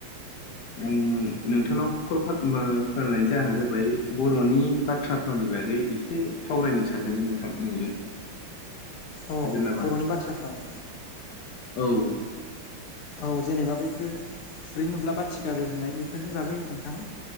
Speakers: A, on the left (about 65°); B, on the left (about 85°).
A: आं नोंथांनाव कल खालामनायनि जाहोना जाबाय बर'नि बाथ्राफोरावनि बागै एसे एसे सावरायनो सानदोंमोन नोंथां नोंजों
B: अ
A: हागोन नामा
B: बर'नि बाथ्रा फाव
A: औ।
B: औ जेनेबा बैफोर थुरै नुब्ला बा थिगारो होननाय बेफोरनि बागै नोंथां